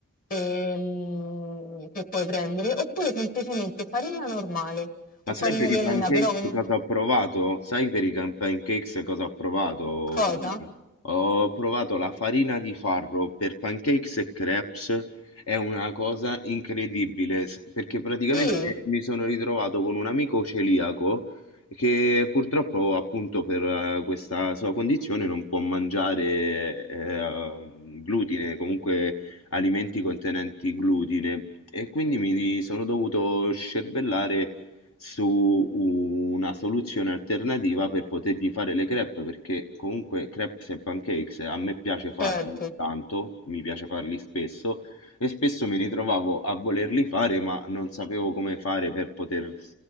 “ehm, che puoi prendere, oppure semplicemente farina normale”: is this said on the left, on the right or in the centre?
Left